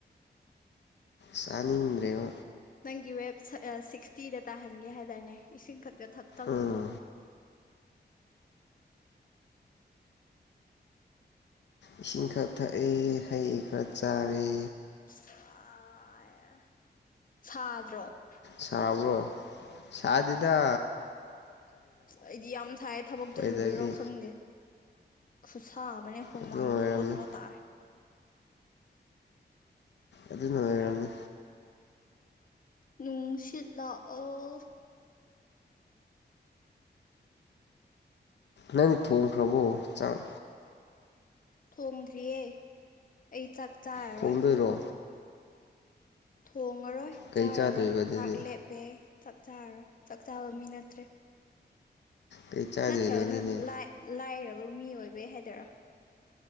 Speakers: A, on the left (about 80°); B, on the left (about 50°).
A: ꯁꯅꯤꯗ꯭ꯔꯦꯣ
B: ꯒꯤ ꯋꯦ ꯁꯤꯛꯁꯇꯤꯗ ꯇꯥꯍꯟꯒꯦ ꯍꯥꯏꯇꯥꯔꯦꯅꯦ ꯏꯁꯤꯡ ꯈ ꯊꯞ ꯇꯂꯣ
A: ꯎꯝ ꯏꯁꯤꯡꯁꯤꯡ ꯈꯥ ꯊ ꯑꯦ ꯍꯩ ꯈꯔ ꯆꯥꯔꯦ
B: ꯑ ꯁꯥꯗ꯭ꯔꯣ
A: ꯁꯥꯕ꯭ꯔꯣ ꯁꯥꯗꯤꯗ
B: ꯑꯩꯗꯤ ꯌꯥꯝ ꯊꯥꯏ ꯊꯕꯛ ꯆꯠꯂꯨꯕꯤꯔꯣ
A: ꯋꯦꯗꯔꯗꯤ
B: ꯈꯪꯗꯦ ꯈꯨꯨꯁꯥꯕꯅꯤ ꯍꯨꯃꯥꯡꯒ
A: ꯑꯗꯨ ꯑꯣꯏꯔꯝꯅꯤ
B: ꯔꯣꯖ ꯔꯣ ꯇꯥꯔ
A: ꯑꯗꯨ ꯑꯗꯨ ꯅꯅꯤ
B: ꯅꯨꯡꯁꯤꯂ ꯑꯣ
A: ꯅꯅꯤ ꯊꯣꯡ ꯐ꯭ꯔꯕꯣ ꯆꯪ
B: ꯊꯣꯡꯗ꯭ꯔꯤꯌꯦ ꯑꯩ ꯆꯥꯛ ꯆꯥꯔꯔꯣꯏ
A: ꯇꯣꯟꯣꯏꯔꯣ
B: ꯊꯣꯡꯉꯔꯣꯏ
A: ꯀꯩ
B: ꯆꯥꯔꯔꯣꯏ
A: ꯆꯥꯗꯣꯏꯕ ꯑꯗꯨꯗꯤ
B: ꯆꯥꯛ ꯂꯦꯞꯄꯦ ꯆꯥꯛ ꯆꯔꯣꯏ ꯆꯥꯛ ꯆꯥꯕ ꯃꯤ ꯅꯠꯇ꯭ꯔꯦ
A: ꯀꯩ ꯆꯥꯗꯣꯏꯅꯣ
B: ꯅꯆꯒ
A: ꯑꯗꯨꯗꯤ
B: ꯂ ꯂ ꯃꯤ ꯑꯣꯏꯕꯩ ꯍꯥꯏꯗꯔꯥ